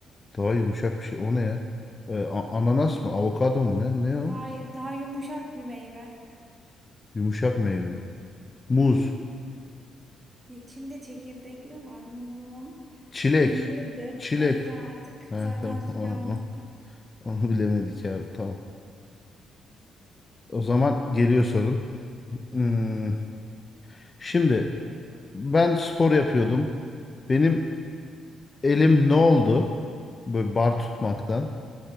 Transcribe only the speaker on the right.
Hayır, daha yumuşak bir meyve.
Hı hı. İçinde çekirdek mi var muzum?
İncirdi.
Neyse artık.
Zaten
sürem
bitti.